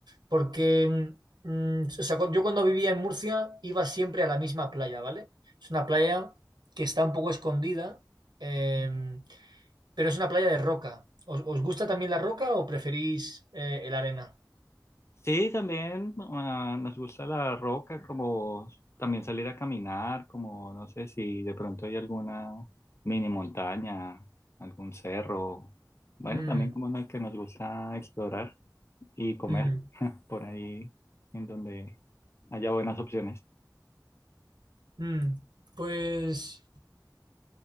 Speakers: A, on the right; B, on the left.
A: porque mm, o sea, cu- yo cuando vivía en Murcia iba siempre a la misma playa, ¿vale? Es una playa que está un poco escondida. em, pero es una playa de roca. ¿Os, os gusta también la roca o preferís eh, el arena?
B: Sí, también ah, nos gusta la roca, como también salir a caminar, como no sé si de pronto hay alguna mini montaña, algún cerro. Bueno,
A: Mm,
B: también como una que nos gusta explorar y comer
A: mm,
B: <laughs> por ahí en donde haya buenas opciones.
A: mm. Pues,